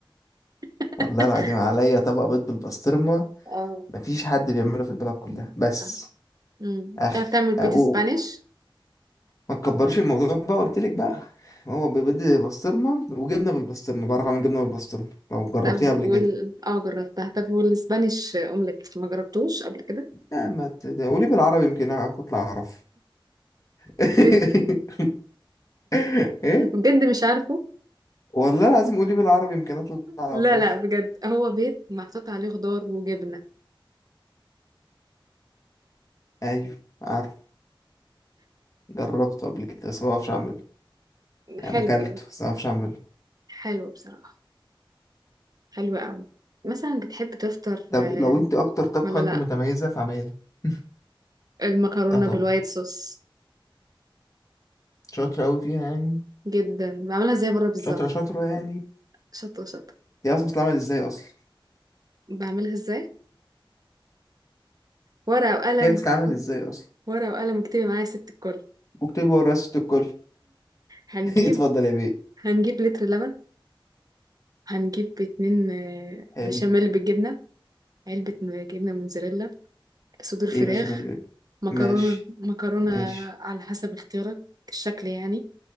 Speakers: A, on the right; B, on the left.
A: <laughs>
B: والله العظيم عليا طبق بيض بالبسطرمه
A: اه
B: مفيش حد بيعمله في البلد كلها
A: مم.
B: بس
A: مم.
B: اخي
A: تعرف تعمل بيت
B: أو
A: سبانيش
B: ما تكبرش الموضوع بقى قلت لك بقى هو بيض بسطرمه وجبنه بالبسطرمه بعرف اعمل جبنه بالبسطرمه لو جربتيها
A: طب وال
B: قبل كده
A: اه جربتها طب والسبانيش اومليت ما جربتوش قبل كده
B: لا ما ت- ده قولي بالعربي يمكن اطلع اعرف <laughs>
A: بنت
B: ايه
A: بجد مش عارفه
B: والله العظيم قولي بالعربي يمكن اطلع اعرف
A: لا لا بجد هو بيت محطوط عليه خضار وجبنة
B: ايوه عارف جربته قبل كده بس ما بعرفش اعمله يعني
A: حلو
B: اكلته بس ما اعرفش اعمله
A: حلو بصراحة حلو قوي مثلا بتحب تفطر
B: طب
A: آه،
B: لو انت اكتر طبخه
A: ولا
B: انت
A: لا
B: متميزه في عمايلها <laughs>
A: المكرونة
B: اه طبعا
A: بالوايت صوص
B: شاطره قوي فيها يعني
A: جدا بعملها زي بره بالظبط
B: شاطره شاطره يعني
A: شطة شطة
B: هي اصلا بتتعمل ازاي اصلا
A: بعملها ازاي ورقة وقلم
B: هي بتتعمل ازاي اصلا
A: ورقة وقلم اكتبي معايا يا ست الكل
B: واكتبي ورايا ست الكل <laughs>
A: هنجيب
B: اتفضل يا بيه
A: هنجيب لتر لبن هنجيب اتنين آه،
B: حلو
A: بشاميل بالجبنة علبة جبنة موتزاريلا صدور فراخ
B: ايه بشاميل
A: مكرونة
B: ماشي
A: مكرونة
B: ماشي
A: على حسب اختيارك الشكل يعني